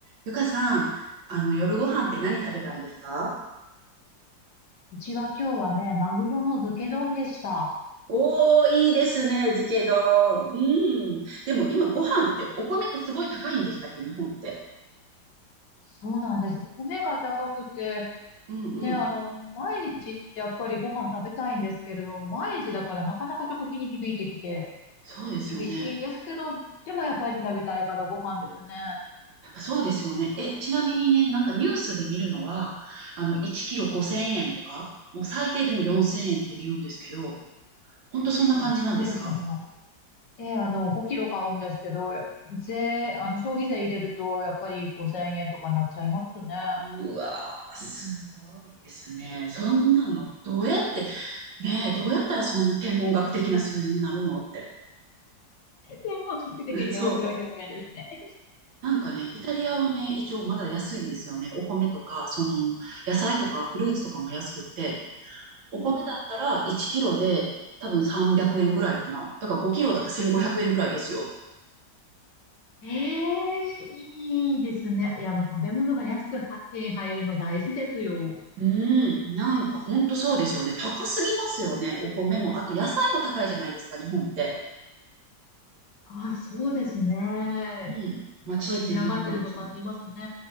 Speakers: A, on the right; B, on the left.
A: ゆかさん、あの、夜ご飯って何食べたんですか
B: うちは今日はね、マグロの漬け丼でした。
A: おー、いいですね、漬け丼。うん。でも今ご飯ってお米ってすごい高いんでしたっけ、日本って。
B: そうなんです。米が高くて、
A: うんうん。
B: ね、あの、毎日やっぱりご飯食べたいんですけれども、毎日だからなかなか食費に響いてきて、
A: そうですよね。
B: 厳しいんですけど、でもやっぱり食べたいからご飯ですね。
A: やっぱそうですよね。え、ちなみにね、なんかニュースで見るのは、あの、1キロ5000円とか、もう最低でも4000円って見るんですけど、ほんとそんな感じなんですか
B: あ、そうですね。え、あの、5キロ買うんですけど、税、あの、消費税入れると、やっぱり5000円とかなっちゃいますね。
A: うわー、すごいですね。そんなの。どうやって、ねえ、どうやったらそんな天文学的な数字になるのって。
B: 天文学的って面白い表現ですね。
A: <laughs> そ
B: <laughs>
A: う。なんかね、イタリアはね、一応まだ安いんですよね。お米とか、その、野菜とかフルーツとかも安くって、お米だったら1キロで多分300円ぐらいかな。
B: うん
A: だから5キロだったら1500円ぐらいですよ。
B: ええいいですね。いや、もう食べ物が安くは手に入るの大事ですよ。
A: うーん、なんかほんとそうですよね。高すぎますよね。お米も。あと野菜も高いじゃないですか、日本って。
B: あ、そうですね。
A: うん。まあ地域によるかもしれない。
B: やっぱり値上がってるの感じますね。